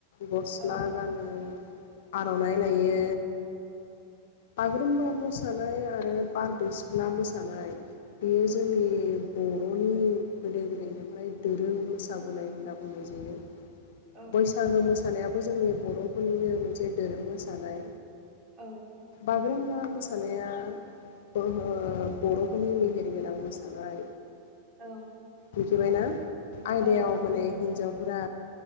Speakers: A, on the left; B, on the right.
A: गस्ला
B: औ
A: गानो। आर'नाइ लायो बागुरुमबा मोसानाय ओ बारदै सिख्ला मोसानाय बेयो जोंनि बर'नि गोदो गोदायनिफ्राय दोरों मोसाबोनाय होनना बुंनाय जायो।
B: औ
A: बैसागो
B: औ
A: मोसानायाबो जोंनि बर'फोरनिनो मोनसे दोरों मोसानाय
B: औ
A: बाग्रुम्बा मोसानाया अहो बर'फोरनि मेहेर गोनां मोसानाय।
B: औ
A: मिथिबायना आयदायाव
B: ओं
A: माने हिनजाव फुरा